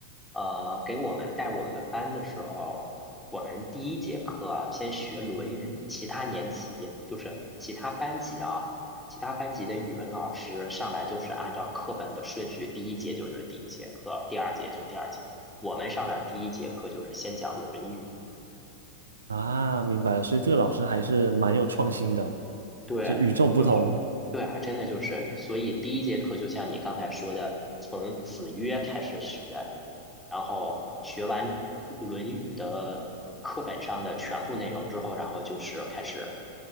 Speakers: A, in the centre; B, on the right.
A: 呃，给我们带我们班的时候，我们第一节课先学《论语》，其他年级就是其他班级啊。其他班级的语文老师上来都是按照课本的顺序，第一节就是第一节课，第二节就第二节。我们上来第一节课就是先讲《论语》，
B: 啊，明白了，所以这个老师还是蛮有创新的，
A: 对，
B: 就与众不同，
A: 就是对啊，真的就是，所以第一节课就像你刚才说的，从子曰开始学，然后学完《论语》的课本上的全部内容之后，然后就是开始